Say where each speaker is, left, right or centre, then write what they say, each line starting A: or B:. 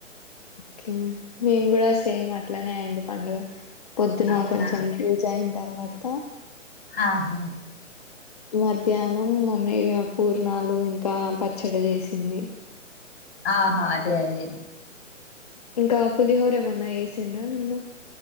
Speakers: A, on the left; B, on the left.
A: కె. మేము కూడ సేమ్ అట్లానే అయింది పండగ పొద్దున
B: అవునా
A: కొంచెం పూజ అయింది. తర్వాత
B: ఆహా
A: మధ్యాహ్నం మమ్మీ ఇగ పూర్ణాలు, ఇంకా పచ్చడ చేసింది.
B: ఆహా, అదే అదే.
A: ఇంకా పులిహోర ఎమన్నా ఏసిన్రా నిన్న.